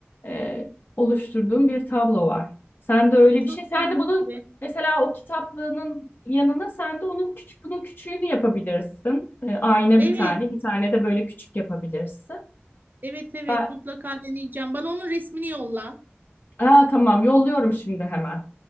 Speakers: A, on the left (about 50°); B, on the right (about 45°).
A: e, oluşturduğum bir tablo var. Sen de öyle
B: Ay, çok
A: bir şey. Sen
B: keyifli.
A: de bunun mesela o kitaplığının yanına sen de onun küçük bunun küçüğünü yapabilirsin. E, ayna
B: Evet,
A: bir tane, bir tane de böyle küçük yapabilirsin.
B: evet, evet
A: Ben-
B: mutlaka deneyeceğim. Bana onun resmini yolla.
A: Aa, tamam yolluyorum şimdi hemen.